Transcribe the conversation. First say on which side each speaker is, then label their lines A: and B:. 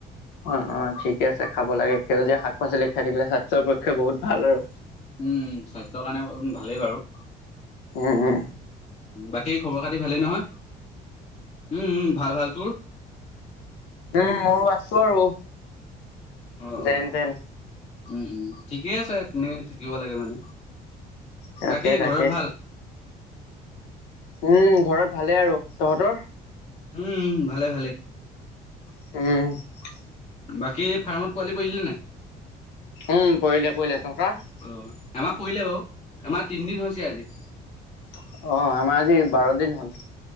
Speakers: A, on the left; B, on the left.
A: অ অ ঠিকে আছে খাব লাগে সেউজীয়া শাক পাচলি খাই থাকিলে স্বাস্থ্যৰ পক্ষে বহুত ভাল আৰু
B: উম স্বাস্থ্যৰ কাৰণে ভালেই বাৰু
A: উম উম
B: বাকী খবৰ খাতি ভালেই নহয় উম ভাল ভাল তোৰ
A: উম মই আছো আৰু
B: অ', অ'।
A: যেন তেন
B: উম, উম, ঠিকেই আছে তেনে থাকিব লাগে মানে
A: তাকে
B: বাকী
A: তাকে
B: ঘৰত ভাল
A: উম, ঘৰত ভালে আৰু তহঁতৰ
B: উম, ভালে ভালে
A: <unintelligible>
B: বাকী, ফাৰ্মত পোৱালি পৰিলি নাই
A: উম, পৰিলে, পৰিলে, তহতৰ
B: অ', আমাৰ পৰিলে বাৰু আমাৰ তিনিদিন হৈছে আজি
A: অ', আমাৰ আজি বাৰ দিন হ'ল